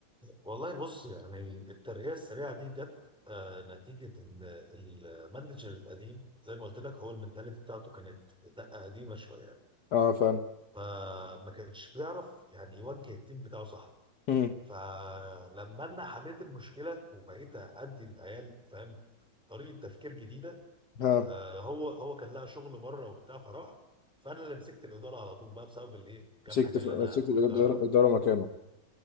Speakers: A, in the centre; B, on the left.
A: والله بص يعني الترقية السريعة دي جت آه، نتيجة إن المانجر القديم زي ما قلت لك هو المنتاليتي بتاعته كانت دقة قديمة شوية
B: اه فاهم
A: فما كانش بيعرف يعني يوجه التيم بتاعه صح
B: مم.
A: فلما أنا حليت المشكلة وبقيت أدي للعيال فاهم طريقة تفكير جديدة
B: ها
A: آه، هو هو كان لقى شغل بره وبتاع فراح فأنا اللي مسكت الإدارة على طول بقى بسبب الإيه كام
B: مسكت
A: حاجة
B: ف...
A: اللي
B: مسكت
A: أنا قلتها
B: الإدارة
A: لهم
B: الإدارة مكانه